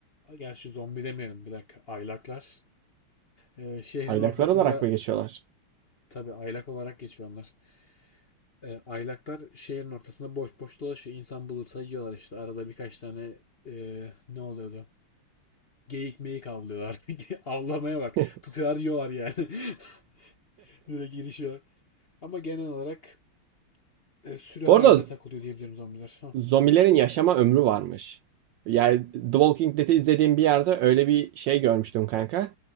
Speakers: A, on the left; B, on the right.
A: Gerçi zombi demeyelim bir dakika. Aylaklar. Ee, şehrin
B: Aylaklar
A: ortasında
B: olarak mı geçiyorlar?
A: tabii aylak olarak geçiyor onlar. Ee, aylaklar şehrin ortasında boş boş dolaşıyor. İnsan bulursa yiyorlar işte. Arada birkaç tane e, ne oluyordu? Geyik meyik avlıyorlar. <laughs> Avlamaya bak.
B: <laughs>
A: Tutuyorlar yiyorlar yani. <laughs> Direkt girişiyor. Ama genel olarak e, sürü
B: Bu
A: haline
B: arada
A: takılıyor diyebilirim zombiler. Ha.
B: zombilerin yaşama ömrü varmış. Yani The Walking Dead'i izlediğim bir yerde öyle bir şey görmüştüm kanka.